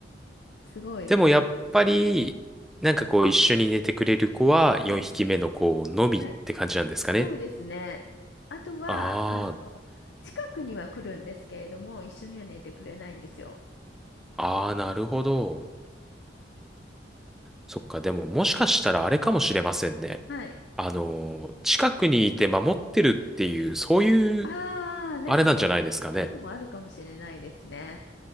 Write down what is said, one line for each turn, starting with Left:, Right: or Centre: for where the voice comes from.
Left: すごい可愛いです。
Centre: でもやっぱり、なんかこう一緒に寝てくれる子は4匹目の子のみって感じなんですかね。
Left: はい。はいそうですね。あとは、
Centre: あ
Left: あの、近くには来るんですけれども、一緒には寝てくれないんですよ。
Centre: あ、ああ、なるほど。そっか、でももしかしたらあれかもしれませんね。
Left: はい。
Centre: あのー、近くにいて守ってるっていう、そういう、
Left: ああ、なんかそう、
Centre: あれなんじゃないですかね。
Left: そういうのもあるかもしれないですね。